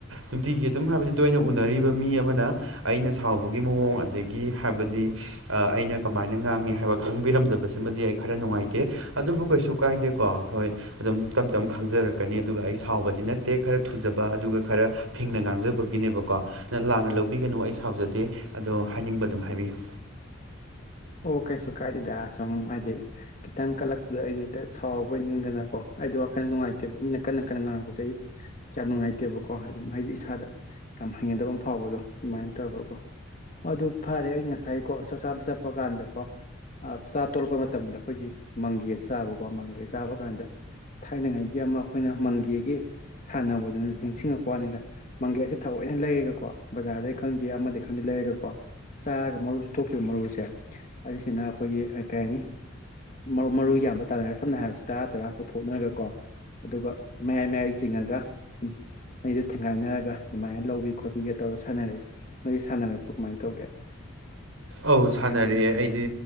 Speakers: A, on the right; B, on the left.
A: ꯅꯨꯡꯇꯤꯒꯤ ꯑꯗꯨꯝ ꯍꯥꯢꯕꯗꯤ ꯇꯣꯢꯅ ꯎꯅꯔꯤꯕ ꯃꯤ ꯑꯃꯅ ꯑꯩꯅ ꯁꯥꯎꯕꯒꯤ ꯃꯑꯣꯡ ꯑꯗꯒꯤ ꯍꯥꯢꯕꯗꯤ ꯑꯥ ꯑꯩꯅ ꯀꯃꯥꯢꯅ ꯉꯥꯡꯏ ꯍꯥꯢꯕ ꯈꯪꯕꯤꯔꯝꯗꯕꯁꯤꯃꯗꯤ ꯑꯩ ꯈꯔ ꯅꯨꯡꯉꯥꯢꯇꯦ ꯑꯗꯨꯕꯨ ꯀꯩꯁꯨ ꯀꯥꯏꯗꯦꯀꯣ ꯍꯣꯢ ꯑꯗꯨꯝ ꯇꯞ ꯇꯞꯅ ꯈꯪꯖꯔꯛꯀꯅꯤ ꯑꯗꯨꯒ ꯑꯩ ꯁꯥꯎꯕꯗꯤ ꯅꯠꯇꯦ ꯈꯔ ꯊꯨꯖꯕ ꯑꯗꯨꯒ ꯈꯔ ꯐꯤꯡꯅ ꯉꯥꯡꯖꯕꯒꯤꯅꯦꯕꯀꯣ ꯅꯪ ꯂꯥꯟꯅ ꯂꯧꯕꯤꯒꯅꯨ ꯑꯩ ꯁꯥꯎꯖꯗꯦ ꯑꯗꯣ ꯍꯥꯢꯅꯤꯡꯕ ꯑꯗꯨꯝ ꯍꯥꯢꯕꯤꯌꯨ
B: ꯑꯣ ꯀꯩꯁꯨꯨ ꯀꯥꯏꯗꯦꯗ ꯁꯨꯝ ꯍꯥꯏꯗꯤ ꯈꯤꯇꯪ ꯀꯜꯂꯛꯄꯗ ꯑꯩꯗꯤ ꯍꯦꯛꯇ ꯁꯥꯎꯕꯣꯏ ꯅꯤꯡꯗꯅꯀꯣ ꯑꯩꯗꯤ ꯋꯥꯈꯜ ꯅꯨꯡꯉꯥꯏꯇꯦꯕ ꯃꯤꯅ ꯀꯟꯅ ꯀꯟꯅ ꯉꯥꯡꯉꯛꯄꯁꯦ ꯑꯩ ꯀ꯭ꯌꯥꯝ ꯅꯨꯡꯉꯥꯏꯇꯦꯕꯀꯣ ꯑꯗꯨꯝ ꯍꯥꯏꯗꯤ ꯏꯁꯥꯗ ꯌꯥꯝ ꯍꯩꯅꯗꯕ ꯑꯃ ꯐꯥꯎꯕꯗꯣ ꯑꯗꯨꯃꯥꯏꯅ <unintelligible> ꯑꯗꯨ ꯐꯔꯦ ꯑꯩ ꯉꯁꯥꯏꯀꯣ ꯆꯥꯛ ꯆꯥꯕ ꯆꯠꯄ ꯀꯥꯟꯗꯀꯣ ꯑ ꯆꯥꯛ ꯇꯣꯂꯛꯄ ꯃꯇꯝꯗ ꯈꯣꯏꯒꯤ ꯃꯪꯒꯦ ꯆꯥꯕꯀꯣ ꯃꯪꯒꯦ ꯆꯥꯕ ꯀꯥꯟꯗ ꯊꯥꯏꯅꯉꯥꯏꯒꯤ ꯑꯃ ꯑꯈꯣꯏꯅ ꯃꯪꯒꯦꯒꯤ ꯁꯥꯟꯅꯕꯗꯨ ꯅꯤꯡꯁꯤꯡꯉꯛꯄ ꯋꯥꯅꯤꯗ ꯃꯪꯒꯦꯁꯦ ꯊꯑꯣꯏꯅ ꯂꯩꯔꯒꯀꯣ ꯕꯖꯥꯔꯗꯩ ꯈꯪꯗꯦ ꯑꯃꯗꯩ ꯈꯪꯗꯦ ꯂꯩꯔꯒꯀꯣ ꯆꯥꯔꯒ ꯃꯔꯨ ꯆꯨꯞꯊꯣꯛꯈꯤꯕ ꯃꯔꯨꯁꯦ ꯑꯩꯁꯤꯅ ꯑꯈꯣꯏꯒꯤ ꯑ ꯀꯩ ꯍꯥꯏꯅꯤ ꯃꯔꯨ ꯃꯔꯨ ꯌꯥꯕ ꯇꯥꯅꯔ ꯁꯝꯅ ꯍꯥꯏꯔꯕ ꯇꯔꯥ ꯇꯔꯥ ꯄꯨꯊꯣꯛꯅꯔꯒ ꯀꯣ ꯑꯗꯨꯒ ꯃꯌꯥꯏ ꯃꯌꯥꯏ ꯆꯤꯡꯉꯒ ꯑꯅꯤꯗꯣ ꯊꯦꯡꯒꯥꯏꯅꯔꯒ ꯑꯗꯨꯃꯥꯏꯅ ꯂꯧꯕꯤ ꯈꯣꯠꯄꯤꯒ ꯇꯧꯔ ꯁꯥꯟꯅꯔꯛꯑꯦ ꯃꯣꯏꯒꯤ ꯁꯥꯟꯅꯔꯛꯄ ꯀꯃꯥꯏꯅ ꯇꯧꯒꯦ
A: ꯑꯧ ꯁꯥꯟꯅꯔꯛꯑꯦ ꯑꯩꯗꯤ